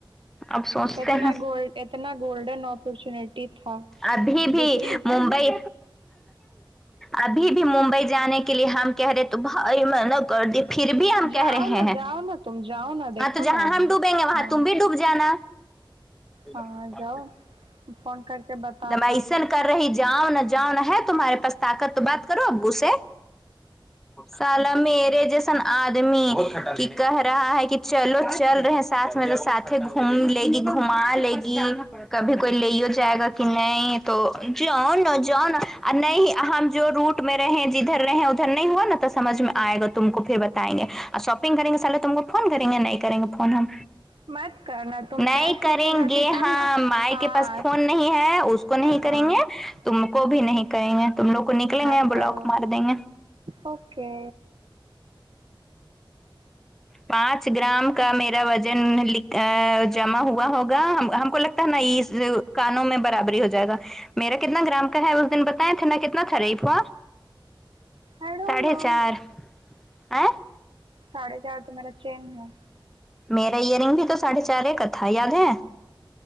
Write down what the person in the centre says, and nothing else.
اب سوچتے
ہیں
ابھی بھی
ممبئی ابھی بھی ممبئی جانے کے لیے ہم کہہ رہے تو <unintelligible> پھر بھی ہم کہہ
رہے
ہیں
ہاں تو جہاں
ہم ڈوبیں گے وہاں
تم بھی ڈوب جانا <unintelligible>
دمائسن کر رہی جاؤ نہ جاؤ نہ ہے تمہارے پاس طاقت تو بات کرو ابو سے سال میرے جیسن آدمی کہ کہہ رہا ہے کہ چلو چل رہے ساتھ میں لو ساتھ گھوم لے گی گھما لے گی کبھی کوئی لے ہو جائے گا تو کہ نہیں تو جان جان نہیں ہم جو روٹ میں رہ جدھر رہے نہیں ہوا نا تو سمج میں آئے گا تم کو پھر بتائیں گے اور شاپنگ کریں گے سلے تم کو فون کریں گے نہیں کریں گے فون ہم
نہیں
کریں
گے
ہاں
مائ
کے پاس فون نہیں اس کو نہیں کریں
گے تم کو
بھی نہیں کریں گے تم لوگ کو نکلیں
گے بلاک
مار دیں گے
پانچ گرام کا میرا وزن جمع ہوا ہوگا ہم کو لگ ن اس کانوں میں برابری ہو جائے گا میرا کتنا گرام کا ہے اس دن بتاے تھا کتنا تھا ریپ ہوا
ساڑھے
چار ائ
میرا ایئر رنگ بھی تو ساڑھے چار ہے کا تھا یاد ہے